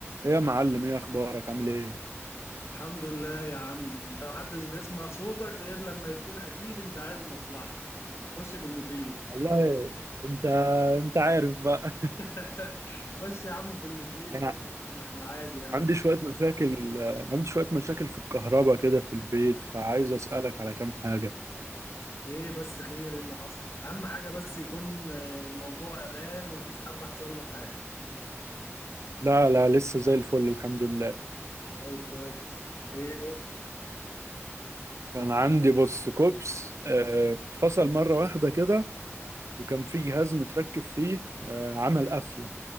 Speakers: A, on the right; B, on the left.
A: ايه يا معلم ايه اخبارك عامل ايه
B: الحمد لله يا عم انت محدش بيسمع صوتك غير لما يكون اكيد انت عايز مصلحة خش في المفيد
A: والله انت انت عارف بقى
B: <laughs> خش يا عم في المفيد
A: <laughs> انا
B: خش يا عم احنا عادي يعني
A: عندي شويه مشاكل عندي شويه مشاكل في الكهرباء كده في البيت فعايز اسالك على كام حاجه
B: ايه بس خير ايه اللي حصل اهم حاجة بس يكون آه، الموضوع امان ومفيش حد حصل له حاجة
A: لا لا لسه زي الفل الحمد لله
B: طيب كويس ايه أوه.
A: كان عندي بص كوبس آه، فصل مره واحده كده وكان في جهاز متركب فيه آه، عمل قفله